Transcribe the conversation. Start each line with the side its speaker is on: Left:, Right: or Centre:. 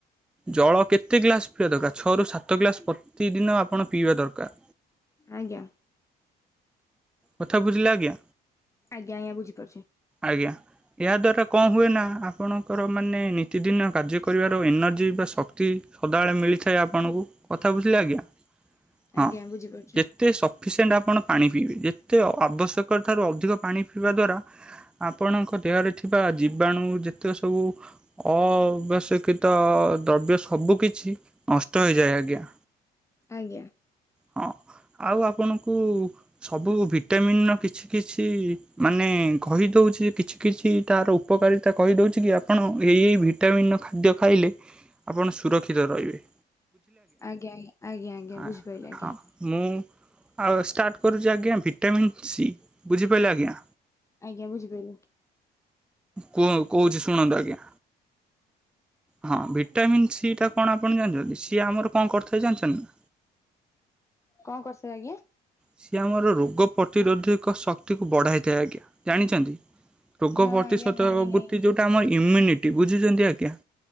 Centre: ଜଳ କେତେ ଗ୍ଲାସ ପିଆ ଦରକାର। ଛଅରୁ ସାତ ଗ୍ଲାସ ପ୍ରତିଦିନ ଆପଣ ପିଇବା ଦରକାର।
Left: ଆଜ୍ଞା
Centre: କଥା ବୁଝିଲେ ଆଜ୍ଞା
Left: ଆଜ୍ଞା ଆଜ୍ଞା ବୁଝିପାରୁଛି।
Centre: ଆଜ୍ଞା। ଏହା ଦ୍ଵାରା କଣ ହୁଏ ନା ଆପଣଙ୍କର ମାନେ ନିତିଦିନ କାର୍ଯ୍ୟ କରିବାର ଏନର୍ଜି ବା ଶକ୍ତି ସ ସଦାବେଳେ ମିଳିଥାଏ ଆପଣଙ୍କୁ କଥା ବୁଝିଲେ ଆଜ୍ଞା ହଁ
Left: ଆଜ୍ଞା ବୁଝିପାରୁଛି
Centre: ଯେ ଯେତେ ସଫିସିଏଣ୍ଟ ଆପଣ ପାଣି ପିଇବେ ଯେତେ ଆବଶ୍ୟକ ଠାରୁ ଅଧିକ ପାଣି ପିଇବା ଦ୍ଵାରା ଆପଣଙ୍କ ଦେହରେ ଥିବା ଜୀବାଣୁ ଯେତେକ ସବୁ ଅବ୍ୟଶିକିତ ଦ୍ରବ୍ୟ ସବୁ କି ଛି ନଷ୍ଟ ହେଇଯାଏ ଆଜ୍ଞା।
Left: ଆଜ୍ଞା।
Centre: ହଁ ଆଉ ଆପଣଙ୍କୁ ସବୁ ଭିଟାମିନର କିଛି କିଛି ମାନେ କହି ଦଉଛି କିଛି କିଛି ତାର ଉ ଉପକାରିତା କହିଦଉଛି କି ଆପଣ ଏଇ ଏଇ ଭିଟାମିନର ଖାଦ୍ୟ ଖାଇଲେ ଆପଣ ସୁରକ୍ଷିତ କ୍ଷିତ ରହିବେ।
Left: ଆଜ୍ଞା ଆଜ୍ଞା ଆଜ୍ଞା
Centre: ହଁ
Left: ବୁଝିପାରିଲ ଆଜ୍ଞା।
Centre: ହଁ ମୁଁ ଆଉ ଷ୍ଟାର୍ଟ କରୁଛି ଆଜ୍ଞା ଭିଟାମିନ୍ ସି ବୁଝିପାଇଲେ ଆଜ୍ଞା।
Left: ଆଜ୍ଞା ବୁଝିପାଇଲି।
Centre: କୁହ କହୁଛି ଶୁଣନ୍ତୁ ଆଜ୍ଞା। ହଁ ଭିଟାମିନ୍ ସି ଟା। କଣ ଆପଣ ଜାଣିଛନ୍ତି ସିଏ ଆମର କଣ କରିଥାଏ ଜାଣିଛନ୍ତି?
Left: କଣ କରିଛନ୍ତି ଆଜ୍ଞା?
Centre: ସିଏ ଆମର ରୋଗ ପ୍ରତିରୋଧିକ ଶକ୍ତିକୁ ବଢ଼ାଇଥାଏ ଆଜ୍ଞା ଜାଣିଛନ୍ତି? ରୋଗ
Left: ନା
Centre: ପ୍ରତିଶୋଧକ
Left: ଆଜ୍ଞା ଜାଣିନି।
Centre: ବୃତ୍ତି ଯେଉଁଟା ଆମର ଇମ୍ୟୁନିଟି ବୁଝୁଛନ୍ତି ଆଜ୍ଞା।